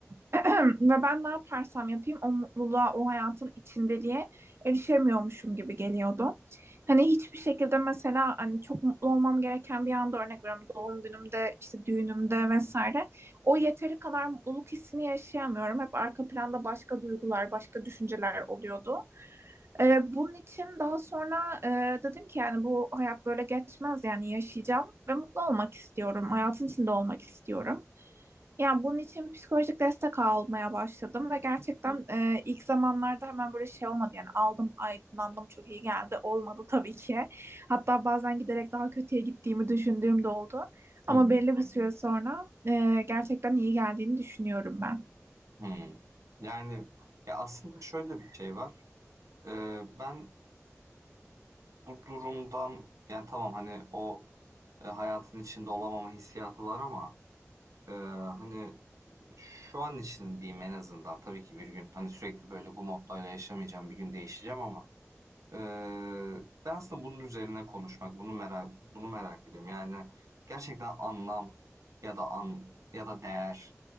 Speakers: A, on the right (about 50°); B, on the right (about 80°).
A: <clears throat> Ve ben ne yaparsam yapayım o mutluluğa, o hayatın içindeliğe erişemiyormuşum gibi geliyordu. Hani hiçbir şekilde mesela hani çok mutlu olmam gereken bir anda örnek veriyorum doğum günümde, işte düğünümde vesaire. O yeteri kadar mutluluk hissini yaşayamıyorum. Hep arka planda başka duygular, başka düşünceler oluyordu. Ee, bunun için daha sonra e, dedim ki yani bu hayat böyle geçmez yani yaşayacağım ve mutlu olmak istiyorum. Hayatın içinde olmak istiyorum. Yani bunun için psikolojik destek almaya başladım ve gerçekten
B: Hı.
A: e, ilk zamanlarda hemen böyle şey olmadı yani aldım aydınlandım çok iyi geldi olmadı tabii ki. Hatta bazen giderek daha kötüye gittiğimi düşündüğüm de oldu. Ama
B: Hı hı.
A: belli bir süre sonra e, gerçekten iyi geldiğini düşünüyorum ben.
B: Hmm. Yani ya aslında şöyle bir şey var. Ee, ben bu durumdan yani tamam hani o e, hayatın içinde olamama hissiyatı var ama e, hani şu an için diyeyim en azından. Tabii ki bir gün hani sürekli böyle bu moddayla yaşamayacağım. Bir gün değişeceğim ama e, ben aslında bunun üzerine konuşmak, bunu merak bunu merak ediyorum. Yani gerçekten anlam ya da an ya da değer